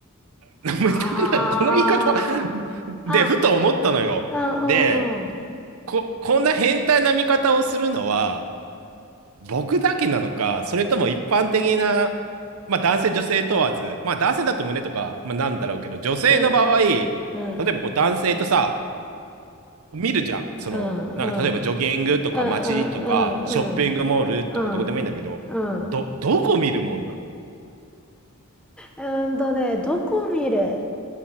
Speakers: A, on the right; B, in the centre.
A: <laughs>
B: ああ。
A: 見たくなる。この言い方で、
B: あ、
A: ふと思ったのよ。
B: うんうんうん。
A: で、こ、こんな変態な見方をするのは、僕だけなのか、それとも一般的な、まあ男性、女性問わず、まあ男性だと胸とか、まあなんだろうけど、女性の場合、
B: うん
A: 例えばこう男性とさ、
B: うんうん。
A: 見るじゃん。その、
B: うんうん
A: なんか例えばジョギングとか街とか、
B: うんうんうん
A: ショッピングモールとかどこでもいいんだけど、
B: うんうんうん
A: ど、どこ見るもんなの
B: うんとね、どこ見る